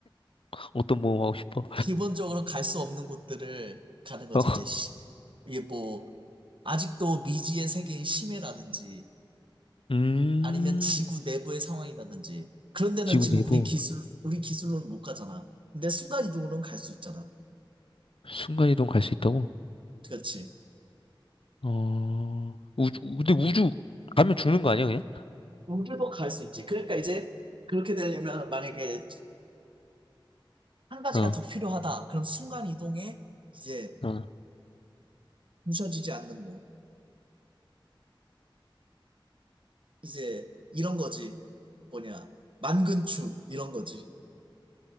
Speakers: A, on the left (about 80°); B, on the right (about 65°).
A: 어떤 모험 하고 싶어?
B: 기본적으로 갈 수 없는 곳들을 가는 거지.
A: <laughs> 어.
B: 이제 시- 이게 뭐 아직도 미지의 세계인 심해라든지
A: 음.
B: 아니면 지구 내부의 상황이라든지 그런 데는
A: 지구
B: 지금
A: 내부
B: 우리 기술 우리 기술로는 못 가잖아. 근데 순간 이동으로는 갈 수 있잖아.
A: 순간이동 갈 수 있다고?
B: 그렇지.
A: 어. 우주 근데 우주 가면 죽는 거 아니야 그냥?
B: 우주도 갈 수 있지. 그러니까 이제 그렇게 되려면 만약에 한 가지가
A: 어.
B: 더 필요하다. 그럼 순간 이동에 이제
A: 어.
B: 부서지지 않는 몸. 이제 이런 거지. 뭐냐. 만근추. 이런 거지.